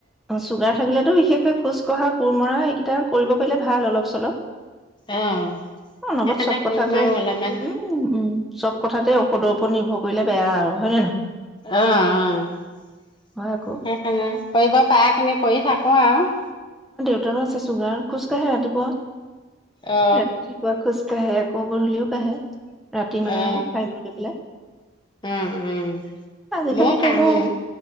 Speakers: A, in the centre; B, on the left (about 25°).
A: অ চুগাৰ থাকিলেতো বিশেষকৈ খোজ। খোজ কঢ়া, কোৰমৰা এইকেইটা কৰিব পাৰে ভাল অলপ চলপ।
B: অ
A: অনবৰত
B: সেইকাৰণে
A: সব কথাতে
B: কোম আৰু অলপমান
A: উম উম। চব কথাতে ঔষধৰ ওপৰত নিৰ্ভৰ কৰিলে বেয়া আৰু হয় নে নহয়।
B: অ অ সেইকাৰণে
A: হয় আকৌ
B: কৰিব পাৰে। সেইখিনি কৰি থাকোঁ আৰু।
A: ৰু আছে চুগাৰ খোজ কাঢ়ে ৰাতিপুৱা।
B: অ
A: ৰাতিপুৱা খোজ। কাঢ়ে আকৌ গধূলিয়ো কাঢ়ে। ৰাতি মানে
B: অ
A: খাই বৈ লৈ পেলাই
B: অ উম
A: আজিকালিটো
B: ময়ো কাহো
A: এইটো।